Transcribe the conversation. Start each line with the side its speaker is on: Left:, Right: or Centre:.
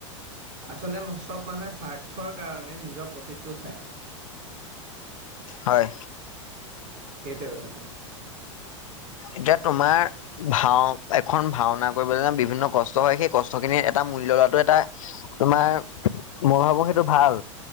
Right: আচলতে ম চব মানুহে স্বাৰ্থৰ কাৰণে নিজৰ প্ৰফিটটো চাই।
Left: হয়।
Right: সেইটো কথাটো।
Left: এতিয়া তোমাৰ ভাও এখন ভাওনা, কৰিবলৈ যে বিভিন্ন কষ্ট হয় সেই কষ্ট খিনি এটা মূল্যয় লোৱাটো এটা তোমাৰ মই ভাবো সেইটো ভাল